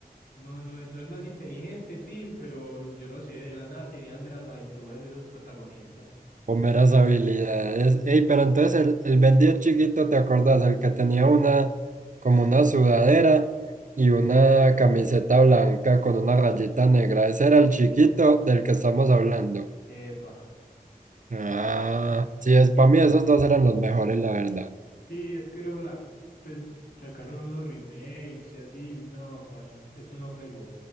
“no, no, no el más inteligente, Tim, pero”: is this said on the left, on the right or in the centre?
Left